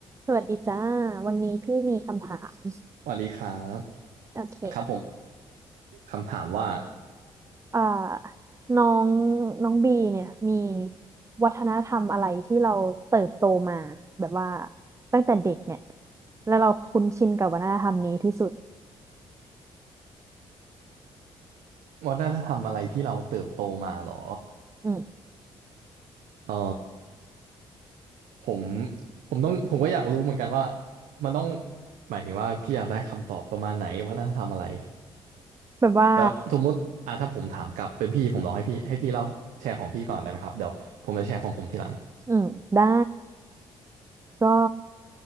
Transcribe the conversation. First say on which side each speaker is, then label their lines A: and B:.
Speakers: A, on the right; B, on the right.
A: สวัสดีจ้าวันนี้พี่มีคำถาม
B: สวัสดีครับ
A: โอเค
B: ครับผมคำถามว่า
A: อ่าน้องน้องบีเนี่ยมีวัฒนธรรมอะไรที่เราเติบโตมาแบบว่าตั้งแต่เด็กเนี่ยแล้วเราคุ้นชินกับวัฒนธรรมนี้ที่สุด
B: วัฒนธรรมอะไรที่เราเติบโตมาหรอ
A: อืม
B: เออผมผมต้องผมก็อยากรู้เหมือนกันว่ามันต้องหมายถึงว่าพี่อยากได้คำตอบประมาณไหนวัฒนธรรมอะไร
A: แบบว่า
B: แล้วสมมุติอ่ะถ้าผมถามกลับเป็นพี่ผมลองให้พี่ให้พี่เล่าแชร์ของพี่ก่อนได้ไหมครับเดี๋ยวผมจะแชร์ของผมทีหลัง
A: อืมได้ก็